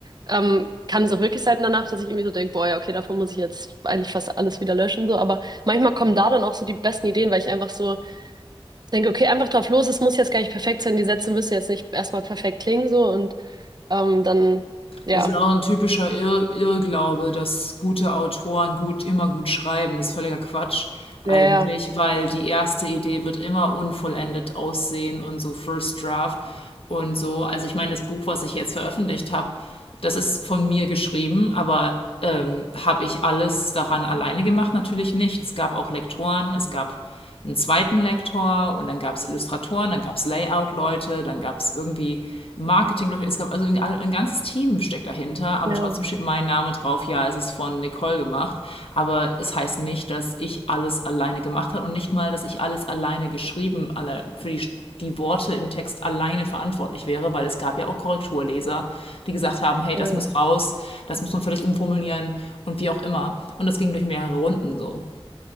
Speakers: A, on the right (about 45°); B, on the left (about 70°).
A: ähm, kann es auch wirklich sein danach, dass ich irgendwie so denke, boah, ja, okay, davon muss ich jetzt eigentlich fast alles wieder löschen, so, aber manchmal kommen da dann auch so die besten Ideen, weil ich einfach so ich denke, okay, einfach drauf los, es muss jetzt gar nicht perfekt sein, die Sätze müssen jetzt nicht erstmal perfekt klingen, so und ähm, dann, ja,
B: Das ist auch ein typischer Irr Irrglaube, dass gute Autoren gut immer gut schreiben. Das ist völliger Quatsch eigentlich,
A: ja, ja,
B: weil die erste Idee wird immer unvollendet aussehen und so First Draft und so. Also ich meine, das Buch, was ich jetzt veröffentlicht habe, das ist von mir geschrieben, aber ähm, habe ich alles daran alleine gemacht? Natürlich nicht. Es gab auch Lektoren, es gab einen zweiten Lektor und dann gab es Illustratoren, dann gab es Layout-Leute, dann gab es irgendwie Marketing-Leute. Es gab also ein, ein ganzes Team steckt dahinter, aber
A: ja,
B: trotzdem steht mein Name drauf. Ja, es ist von Nicole gemacht, aber es heißt nicht, dass ich alles alleine gemacht habe und nicht mal, dass ich alles alleine geschrieben, alle für die die Worte im Text alleine verantwortlich wäre, weil es gab ja auch Korrekturleser, die gesagt haben, hey,
A: ja,
B: das muss raus, das muss man völlig umformulieren und wie auch immer. Und das ging durch mehrere Runden so.